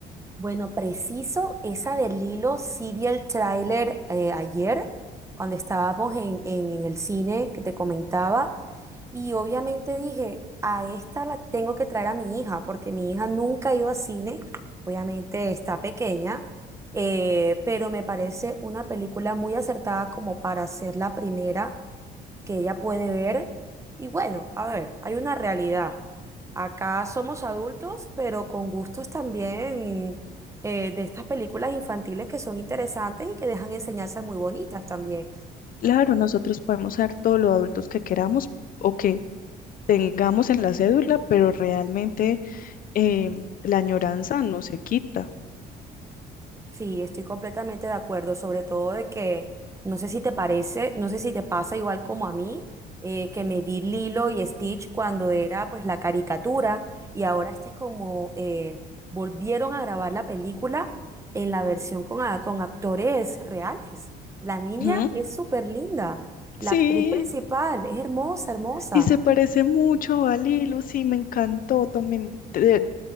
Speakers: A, on the right (about 15°); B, on the left (about 55°).
A: Bueno, preciso, esa de Lilo, sí vi el tráiler eh, ayer, cuando estábamos en, en- en el cine que te comentaba, y obviamente dije, a esta la tengo que traer a mi hija, porque mi hija nunca ha ido a cine, obviamente está pequeña, eh, pero me parece una película muy acertada como para ser la primera que ella puede ver. Y bueno, a ver, hay una realidad. Acá somos adultos, pero con gustos también eh, de estas películas infantiles que son interesantes y que dejan enseñanzas muy bonitas también.
B: Claro, nosotros podemos ser todos los adultos que queramos o que tengamos en la cédula, pero realmente em, la añoranza no se quita.
A: Sí, estoy completamente de acuerdo, sobre todo de que no sé si te parece, no sé si te pasa igual como a mí, eh, que me vi Lilo y Stitch cuando era pues la caricatura y ahora este es como eh, volvieron a grabar la película en la versión con, a- con actores reales. La niña
B: Ujú.
A: es súper linda, la
B: Sí,
A: actriz principal es hermosa, hermosa.
B: Y se parece mucho a Lilo, sí, me encantó también. de-